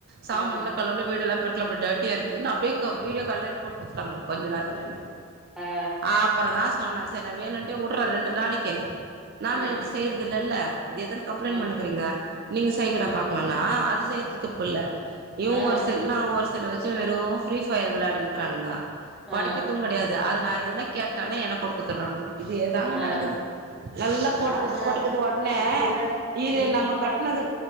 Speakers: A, on the right; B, in the centre.
A: சாமன்ல்லா
B: ம்
A: கலவுல வீடுல்லா பெருக்கல அப்டிடா எம்ட்டியா இருக்குதுன் அப்படியே வீடியோ கால்ல என்ன போட்டு குடுத்துட்டாங்க கொஞ்ச நேரத்து என்ன
B: ஆ
A: ஆப்பறந்தா சொன்ன சேரி வேணும்ட்டே விடுறா ரெண்டு நாளைக்கு நான்னு
B: ம்
A: எது செய்யறது இல்லல்ல இது எதுன்னு கம்ப்ளைண்ட்
B: ம்
A: பண்ணுக்குறீங்க நீங்க செய்ங்கடா
B: ம்
A: பாக்கலாம்னா அது செய்ரத்து துப்பு இல்ல இவ
B: ஆ
A: ஒரு செல்லு அவ ஒரு செல்லு வச்சு வெறு ஃப்ரீ பயர் விளாடி இருக்கிறானுங்க
B: ஆ
A: படிக்கறது கெடையாது அது நா எதுன கேட்டன்னா என்ன போட்டு குடுத்துறானுங்கோ இதேதாங்க
B: ஆ
A: நடக்குது நல்லா
B: நாங்க
A: போட்டு குடுத்து போட்டு குடுத்து வா ஆ
B: அப்டி இல்ல
A: இது
B: ஈவினிங்
A: நம்ம கட்ன
B: பை
A: து